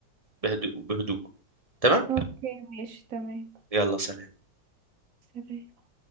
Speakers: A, on the right; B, on the right.
A: بهدوء بهدوء تمام
B: اوكي ماشي تمام
A: يلا سلام
B: سلام